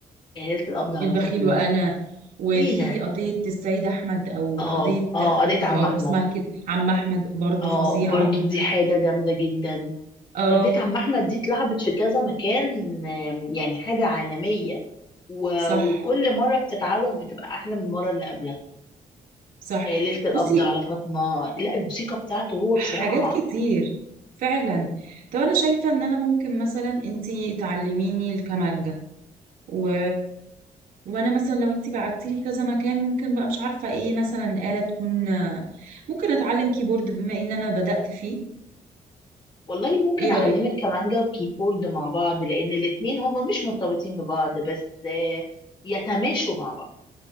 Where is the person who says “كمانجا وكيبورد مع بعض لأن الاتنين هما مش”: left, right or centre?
Left